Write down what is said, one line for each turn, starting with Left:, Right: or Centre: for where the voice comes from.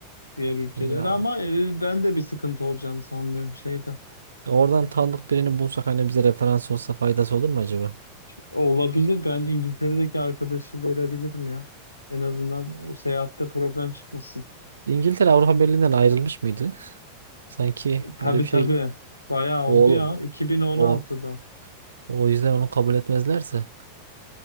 Left: diğer
Right: <laughs>
Left: ülkelere.
Right: ya
Left: Ama e, ben de bir sıkıntı olacağını sanmıyorum şeyde.
Right: oradan tanıdık birini bulsak hani bize referans olsa faydası olur mu acaba?
Left: Olabilir. Ben İngiltere'deki arkadaşı verebilirim ya. En azından o seyahatte problem çıkmasın.
Right: İngiltere Avrupa Birliği'nden ayrılmış mıydı? Sanki
Left: Tabii
Right: öyle bir
Left: tabii.
Right: şey
Left: Bayağı oldu
Right: o
Left: ya. 2016'da.
Right: o o yüzden onu kabul etmezlerse